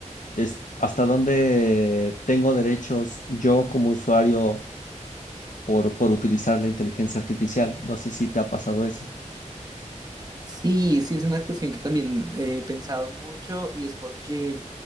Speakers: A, on the left; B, on the right.
A: es hasta dónde tengo derechos yo como usuario por, por utilizar la inteligencia artificial. No sé si te ha pasado eso.
B: Sí, sí, es una cuestión que también he pensado mucho y es porque